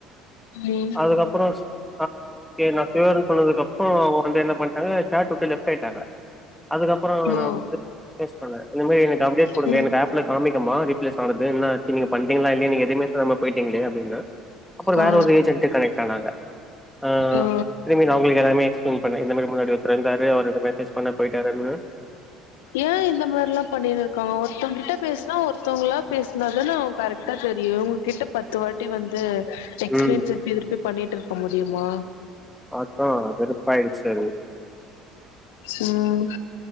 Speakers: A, on the left; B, in the centre.
A: ம்
B: அதுக்கப்புறோ ஓகே நா ஷுவர்ன்னு சொன்னதுக்கு அப்புறோ அவுங்க வந்து என்ன பண்டாங்க தேட்ரு உட்டு லெஃப்ட் ஆயிட்டாங்க அதுக்கப்புறோ
A: ஓ
B: நா வந்து மெசேஜ் பண்ண இந்த மாரி எனக்கு அப்டேட்டு குடுங்க
A: ம்
B: எனக்கு ஆப்ல காமிக்குமா ரீப்லேஸ் நா வந்து என்ன ஆச்சு நீங்க பண்ட்டீங்லா இல்லயா நீங்க எதுவுமே சொல்லாம போயிட்டீங்ளே அப்டின்ன அப்புறோ
A: ஆ
B: வேற ஒரு ஏஜென்ட்டு கனெக்ட் ஆனாங்க ஆ
A: ஓ
B: திரும்பி நா அவுங்களுக்கு எல்லாமே எக்ஸ் ப்ளைன் பண்ண இந்த மாரி முன்னாடி ஒருத்தர் இருந்தாரு அவுரு மெசேஜ் பண்ண போயிட்டாருன்னு
A: ஏ இந்த மாரில்லா பண்ணினு இருக்காங்க ஒருத்தவுங் கிட்ட பேசுனா ஒருத்தவுங்களா பேசுனாதான அவுங் கரெக்டா தெரியு கிட்ட பத்து வாட்டி வந்து எக்ஸ்பிளைன்
B: ம்
A: திருப்பி திருப்பி பண்ணிட்டுருக்க முடியுமா
B: அதா வெருப்பாயிடுச்சு அது
A: ம்